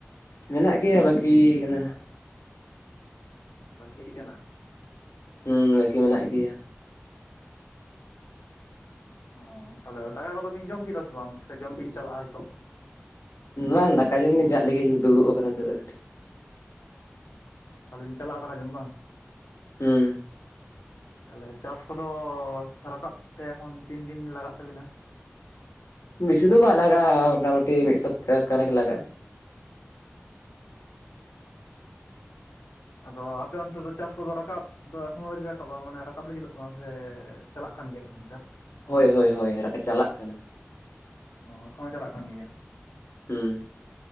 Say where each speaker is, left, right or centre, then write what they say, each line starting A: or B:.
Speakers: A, on the left; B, on the left.
A: ᱢᱮᱱᱟᱜ ᱜᱮᱭᱟ ᱵᱟᱹᱠᱤ ᱠᱟᱱᱟ᱾
B: ᱵᱟᱹᱠᱤᱭ ᱠᱟᱱᱟ?
A: ᱦᱩᱸ ᱵᱟᱹᱠᱤ ᱢᱮᱱᱟᱜ ᱜᱮᱭᱟ᱾
B: ᱚ ᱛᱟᱦᱚᱞᱮ ᱫᱟᱠᱟ ᱠᱚᱫᱚ ᱵᱤᱱ ᱡᱚᱢ ᱠᱮᱫᱟ ᱥᱮ ᱵᱟᱝ, ᱥᱮ ᱡᱚᱢ ᱵᱤᱱ ᱪᱟᱞᱟᱜᱼᱟ ᱱᱤᱛᱚᱜ?
A: ᱵᱟᱝ ᱫᱟᱠᱟ ᱡᱚᱢ ᱞᱤᱧ ᱪᱟᱜ ᱞᱟᱹᱜᱤᱫ ᱞᱤᱧ ᱫᱩᱲᱩᱵ ᱟᱠᱟᱱᱟ ᱱᱤᱛᱚᱜ ᱫᱚ ᱠᱟᱹᱴᱤᱡ᱾
B: ᱛᱟᱦᱚᱞᱮ ᱵᱤᱱ ᱪᱟᱞᱟᱜᱼᱟ ᱫᱟᱠᱟ ᱡᱚᱢ ᱵᱟᱝ?
A: ᱦᱩᱸ᱾
B: ᱛᱟᱦᱚᱞᱮ ᱪᱟᱥ ᱠᱚᱫᱚ ᱨᱟᱠᱟᱵ ᱛᱮ ᱮᱠᱷᱚᱱ ᱛᱤᱱ ᱫᱤᱱ ᱞᱟᱜᱟᱜ ᱛᱟᱵᱤᱱᱟ?
A: ᱵᱤᱥᱤ ᱫᱚ ᱵᱟᱭ ᱞᱟᱜᱟᱜᱼᱟ ᱢᱚᱴᱟᱢᱩᱴᱤ ᱢᱤᱫ ᱥᱟᱯᱛᱟᱦᱚ ᱠᱷᱟᱱᱮ ᱜᱮ ᱞᱟᱜᱟᱜᱼᱟ᱾
B: ᱚᱸᱻ᱾ ᱟᱫᱚ ᱟᱯᱮ ᱚᱱᱛᱮ ᱫᱚ ᱪᱟᱥ ᱠᱚᱫᱚ ᱨᱟᱠᱟᱵ ᱫᱚ ᱮᱠᱷᱚᱱᱚ ᱟᱹᱣᱨᱤ ᱨᱟᱠᱟᱵᱟ ᱢᱟᱱᱮ ᱨᱟᱠᱟᱵ ᱞᱟᱹᱜᱤᱫᱚᱜ ᱠᱟᱱᱟ ᱥᱮ ᱪᱟᱞᱟᱜ ᱠᱟᱱ ᱜᱮᱭᱟ ᱮᱠᱷᱚᱱ ᱪᱟᱥ?
A: ᱦᱳᱭ ᱦᱳᱭ ᱦᱳᱭ ᱨᱟᱠᱟ ᱪᱟᱞᱟᱜ ᱠᱟᱱᱟ᱾
B: ᱚ ᱮᱠᱷᱚᱱ ᱦᱚᱸ ᱪᱟᱞᱟᱜ ᱠᱟᱱ ᱜᱮᱭᱟ?
A: ᱦᱩᱸ᱾